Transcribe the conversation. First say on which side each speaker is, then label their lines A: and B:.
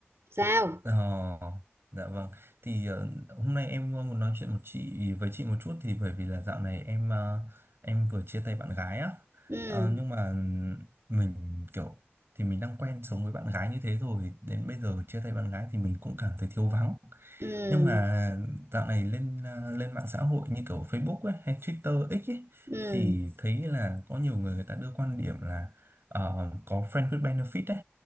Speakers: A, on the right (about 80°); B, on the right (about 65°).
A: Sao?
B: ờ, dạ vâng thì ờ, hôm nay em ờ, muốn nói chuyện một chị với chị một chút thì bởi vì là dạo này em ờ, em vừa chia tay bạn gái á
A: Ừ,
B: Ờ, nhưng mà mình kiểu thì mình đang quen sống với bạn gái như thế rồi đến bây giờ chia tay bạn gái thì mình cũng cảm thấy thiếu vắng
A: ừ,
B: nhưng mà dạo này lên à, lên mạng xã hội như kiểu Facebook ấy, hay Twitter X ấy,
A: ừ,
B: thì thấy là có nhiều người người ta đưa quan điểm là ờ, có friend with benefit ấy